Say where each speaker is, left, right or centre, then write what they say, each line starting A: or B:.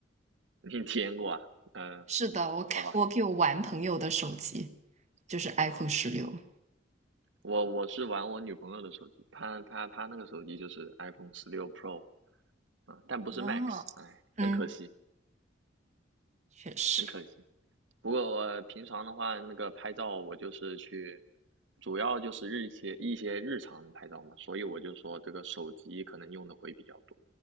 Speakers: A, on the right (about 80°); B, on the right (about 40°).
A: <laughs> 你体验过啊？嗯、
B: 是的，我看我给我玩朋友的手机，
A: 好吧，
B: 就是 iPhone
A: 嗯，
B: 十六。
A: 我我是玩我女朋友的手机，她她她那个手机就是 iPhone 十六 Pro 啊、但不是
B: 啊，
A: Max，哎，
B: 嗯，
A: 很可惜，
B: 确实，
A: 很可惜。不过我平常的话，那个拍照我就是去，主要就是日一些一些日常的拍照嘛，所以我就说这个手机可能用的会比较多。